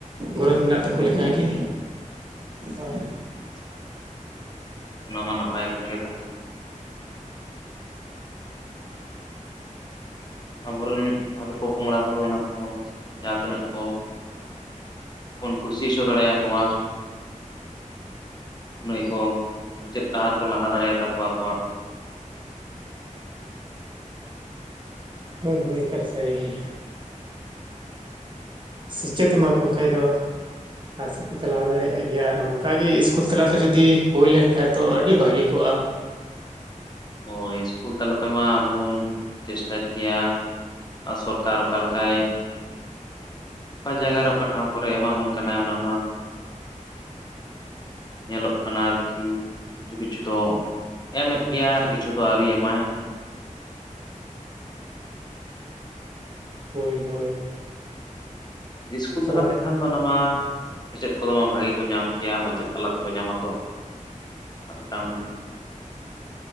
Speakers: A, on the right; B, on the left.
A: ᱜᱚᱨᱚᱡᱽ ᱢᱮᱱᱟᱜ ᱛᱟᱠᱚ ᱞᱮᱠᱟ ᱜᱮ᱾ ᱟᱨ
B: ᱟᱪᱷᱟ ᱚᱱᱟ ᱢᱟ ᱱᱟᱯᱟᱭ ᱠᱟᱛᱷᱟ ᱜᱮ ᱛᱟᱦᱚᱞᱮ᱾ ᱟᱵᱚᱨᱮᱱ ᱛᱟᱦᱚᱞᱮ ᱯᱚ-ᱯᱚᱝᱲᱟ ᱠᱚ ᱚᱱᱟ ᱠᱚ ᱡᱟᱦᱟᱸ ᱛᱤᱱᱟᱹᱜ ᱠᱚ ᱵᱚᱱ ᱠᱩᱥᱤ ᱦᱚᱪᱚ ᱫᱟᱲᱮᱭᱟ ᱠᱚᱣᱟ ᱱᱟᱹᱭ ᱠᱚ ᱥᱮᱪᱮᱫ ᱰᱟᱦᱟᱨ ᱠᱚ ᱞᱟᱦᱟ ᱫᱟᱲᱮᱭᱟ ᱛᱟᱠᱚᱣᱟ ᱟᱠᱚᱣᱟᱜ
A: ᱦᱳᱭ ᱦᱳᱭ ᱮᱠᱟᱞ ᱥᱟᱹᱨᱤ ᱜᱮ᱾ ᱥᱮᱪᱮᱫ ᱮᱢᱟ ᱠᱚ ᱠᱷᱟᱡ ᱫᱚ ᱞᱟᱦᱟ ᱥᱮᱫ ᱠᱚ ᱪᱟᱞᱟᱣ ᱫᱟᱲᱮᱭᱟᱜ ᱜᱮᱭᱟ ᱟᱨ ᱚᱱᱠᱟ ᱜᱮ ᱤᱥᱠᱩᱞ ᱛᱟᱞᱟᱛᱮ ᱡᱩᱫᱤ ᱦᱩᱭᱞᱮᱱ ᱠᱷᱟᱱ ᱛᱚ ᱟᱹᱰᱤ ᱵᱷᱟᱹᱜᱤ ᱠᱚᱜ-ᱟ᱾
B: ᱦᱳᱭ ᱤᱥᱠᱩᱞ ᱛᱟᱞᱟ ᱛᱮᱢᱟ ᱟᱵᱚ ᱵᱚᱱ ᱪᱮᱥᱴᱟ ᱜᱮᱭᱟ᱾ ᱟᱨ ᱥᱚᱨᱠᱟᱨ ᱚᱠᱟ ᱞᱮᱠᱟᱭ ᱚᱠᱟ ᱦᱟᱭᱜᱟᱨᱮ ᱚᱠᱟ ᱴᱷᱟᱶ ᱠᱚᱨᱮ ᱮᱢᱟ ᱵᱚᱱ ᱠᱟᱱᱟ ᱚᱱᱟ ᱢᱟ ᱧᱮᱞᱚᱜ ᱠᱟᱱᱟ ᱟᱨᱠᱤ ᱠᱤᱪᱷᱩ ᱠᱤᱪᱷᱩ ᱫᱚ ᱮᱢᱮᱫ ᱜᱮᱭᱟᱭ ᱟᱨ ᱠᱤᱪᱷᱩ ᱫᱚ ᱟᱹᱣᱨᱤ ᱮᱢᱟᱭ᱾
A: ᱦᱳᱭ ᱦᱳᱭ᱾
B: ᱤᱥᱠᱩᱞ
A: ᱟᱫᱚ
B: ᱛᱟᱞᱟ ᱛᱮᱠᱷᱟᱱ ᱫᱚ ᱚᱱᱟ ᱢᱟ ᱥᱮᱪᱮᱫ ᱠᱚᱫᱚ ᱢᱟ ᱵᱷᱟᱜᱮ ᱠᱚ ᱧᱟᱢ ᱠᱮᱭᱟ ᱢᱟᱪᱮᱫ ᱛᱟᱞᱟ ᱛᱮᱠᱚ ᱧᱟᱢᱟ ᱛᱚ᱾ <unintelligible>